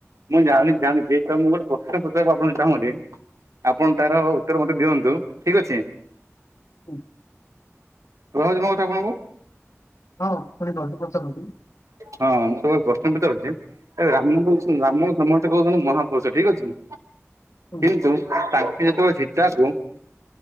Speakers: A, on the right (about 85°); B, on the left (about 80°).
A: ମୁଁ ଜାଣିଚି ଜାଣିଚି ମୁଁ ଗୋଟେ ପ୍ରଶ୍ନ ପକୁ ଆପଣଙ୍କୁ ଚାହୁଁଛି। ଆପଣ ତାର ଉତ୍ତର ମତେ ଦିଅନ୍ତୁ ଠିକ ଅଛି।
B: ହୁଁ।
A: କଥା ଆପଣଙ୍କୁ
B: ହଁ ଶୁଣିପାରୁଛି ପଚାରନ୍ତୁ
A: ହଁ। ତ ପ୍ରଶ୍ନ ପଚାରୁଛି ଏ ରାମ କହୁଛନ୍ତି ରାମ ସମସ୍ତେ କହୁଛନ୍ତି ମହାପୁରୁଷ ଠିକ ଅଛି।
B: ହୁଁ।
A: କିନ୍ତୁ ତାଙ୍କ ଯେତେବେଳେ ଶୀତାକୁ